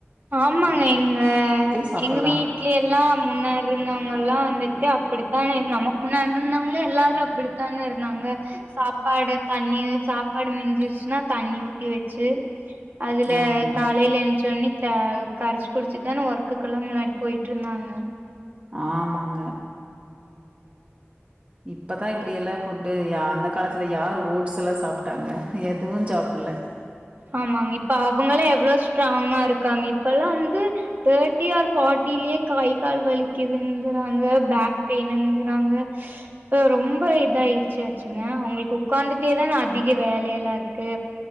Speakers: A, on the right (about 45°); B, on the right (about 30°).
A: ஆமாங்க எங்க
B: சாப்பிடலாம்.
A: எங்க வீட் வீட்ல எல்லா முன்னாடி இருந்தவங்க எல்லாம் வந்துட்டு அப்டித்தா நமக்கு முன்னாடி இருந்தவங்கலா எல்லாரும் அப்டித்தான இருக்கு தாங்க சாப்பாடு தண்ணி சாப்பாடு மிஞ்சிருச்சுனா தண்ணி ஊத்தி வச்சு அதுல
B: ஆமாங்க.
A: காலையில எந்ச்சோன்னே அ கரச்சு குடிச்சிதான ஒர்க்குக்குல்லா முன்னாடி போய்ட்டு இருந்தாங்க
B: ஆமாங்க இப்பதா இப்படி எல்லா ஃபுட்டு அந்த காலத்துல யார் ஓட்ஸ்லா சாப்ட்டாங்க எதுவு சாப்ல <inaudible>
A: ஆமாங்க இப்ப அவுங்களே எவ்ளோ ஸ்ராங்கா இருக்காங்க இப்ப எல்லா வந்து தட்டி ஆர் ஃபார்ட்டிலயே கை கால் வலிக்குதுங்றாங்க பேக் பெயினுங்றாங்க இப்ப ரொம்ப இதாயிடுச்சு ஆச்சுங்க உங்களுக்கு உக்காந்துட்டே தா அதிக வேல எல்லா இருக்கு